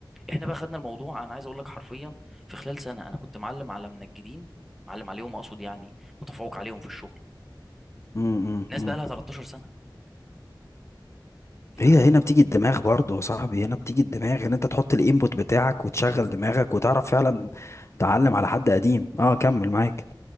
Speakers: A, in the centre; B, on the left.
A: احنا بقى خدنا الموضوع انا عايز اقول لك حرفيا في خلال سنة انا كنت معلم على منجدين معلم عليهم اقصد يعني متفوق عليهم في الشغل
B: مم.
A: ناس
B: مم.
A: بقى لها 13 سنه ف...
B: هي هنا بتيجي الدماغ برضه يا صاحبي هنا بتيجي الدماغ ان انت تحط الانبوت بتاعك وتشغل دماغك وتعرف فعلا تعلم على حد قديم اه كمل معاك